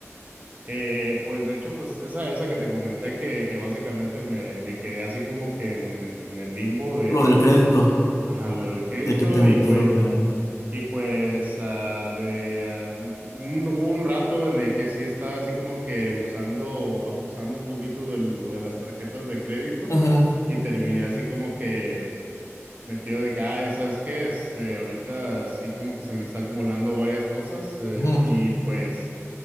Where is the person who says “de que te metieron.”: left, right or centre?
Left